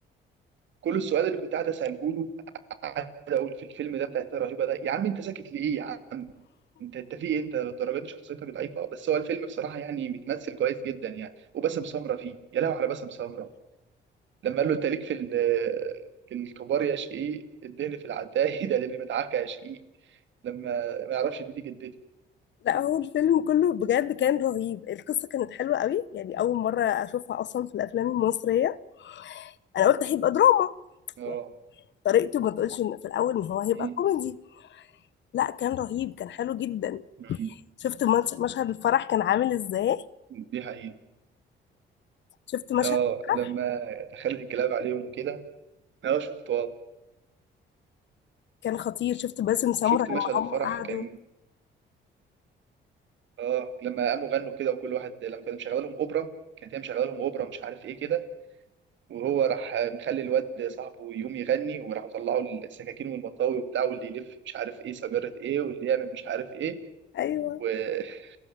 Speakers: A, on the right; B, on the left.
A: كل السؤال اللي كنت قاعد أسأله له قاعد أقول في الفيلم ده بتاع تلاتة رهيبة ده يا عم أنت ساكت ليه يا عم انت انت في ايه انت للدرجه دي شخصيتك ضعيفه بس هو الفيلم بصراحه يعني متمثل كويس جدا يعني وباسم سمره فيه يا لهوي على باسم سمره لما قال له انت ليك في ال- في الكبار يا شقيق الدهن في العتاهي <laughs> ده اللي مدعكه يا شقيق لما ما يعرفش ان دي جدتي
B: لا هو الفيلم كله بجد كان رهيب القصه كانت حلوه قوي يعني اول مره اشوفها اصلا في الافلام المصريه انا قلت هيبقى دراما
A: اه
B: يعني طريقته ما تقولش إن- في الاول ان هو هيبقى
A: مم.
B: كوميدي لا كان رهيب كان حلو جدا
A: مم.
B: شفت مش- مشهد الفرح كان عامل ازاي
A: دي حقيقة
B: شفت مشهد
A: اه
B: الفرح
A: لما دخلت الكلاب عليهم وكده اه شفت اه
B: كان خطير شفت باسم سمرة
A: شفت
B: لما
A: مشهد الفرح
B: هم قعدوا
A: كان اه لما قاموا غنوا كده وكل واحد لما كان مشغل لهم اوبرا كانت هي مشغله لهم اوبرا مش عارف ايه كده وهو راح مخلي الواد صاحبه يقوم يغني وراحوا طلعوا السكاكين والمطاوي وبتاع واللي يلف مش عارف ايه سجارة ايه واللي يعمل مش عارف ايه
B: ايوه
A: و... <laughs>